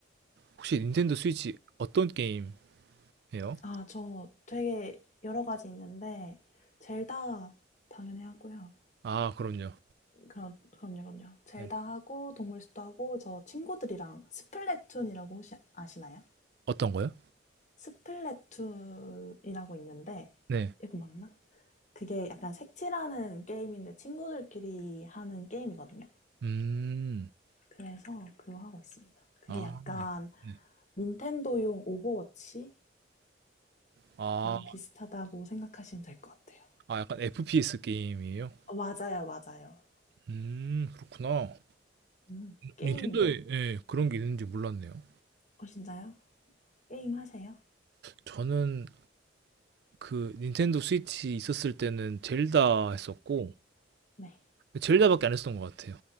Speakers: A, on the right; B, on the left.
A: 혹시 닌텐도 스위치 어떤 게임 해요?
B: 아, 저 되게 여러 가지 있는데, 젤다 당연히 하고요.
A: 아, 그럼요.
B: 그럼, 그럼요, 그럼요. 젤다
A: 네.
B: 하고, 동물 숲도 하고, 저 친구들이랑 스플래툰이라고 혹시 아시나요?
A: 어떤 거요?
B: 스플래툰이라고 있는데,
A: 네.
B: 이거 맞나? 그게 약간 색칠하는 게임인데, 친구들끼리 하는 게임이거든요.
A: 음,
B: 그래서 그거 하고 있습니다. 그게
A: 아,
B: 약간
A: 네.
B: 닌텐도용 오버워치랑
A: 아,
B: 비슷하다고 생각하시면 될 것 같아요.
A: 아, 약간 FPS 게임이에요?
B: 어, 맞아요, 맞아요.
A: 음, 그렇구나.
B: 음, 게임,
A: 닌텐도에 예, 그런 게 있는지 몰랐네요.
B: 어, 진짜요? 게임 하세요?
A: 저는 그 닌텐도 스위치 있었을 때는 젤다 했었고
B: 네.
A: 젤다밖에 안 했었던 것 같아요.